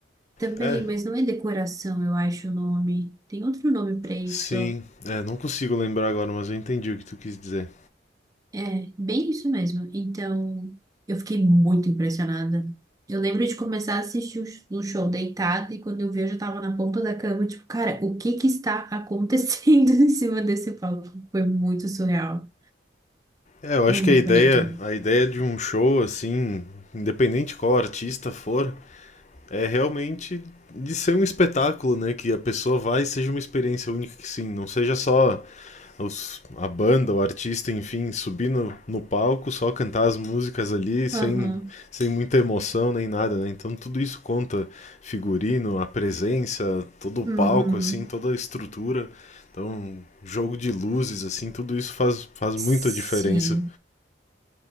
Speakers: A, on the right; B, on the left.
A: também,
B: É,
A: mas não é decoração, eu acho o nome. Tem outro nome para isso.
B: sim. É, não consigo lembrar agora, mas eu entendi o que tu quis dizer.
A: É, bem isso mesmo. Então, eu fiquei muito impressionada. Eu lembro de começar a assistir o sh- o show deitada e quando eu vi, eu já tava na ponta da cama, tipo, cara, o que que está acontecendo <laughs> em cima desse palco? Foi muito surreal.
B: É, eu acho
A: Foi
B: que
A: muito
B: a ideia,
A: bonito.
B: a ideia de um show assim, independente qual artista for, é realmente de ser um espetáculo, né? Que a pessoa vai e seja uma experiência única, que sim, não seja só os- a banda, o artista, enfim, subir no, no palco, só cantar as músicas ali, sem,
A: Aham.
B: sem muita emoção nem nada, né? Então tudo isso conta, figurino, a presença, todo o
A: Uhum.
B: palco, assim, toda a estrutura, então jogo de luzes, assim, tudo isso faz, faz muita
A: Sim,
B: diferença.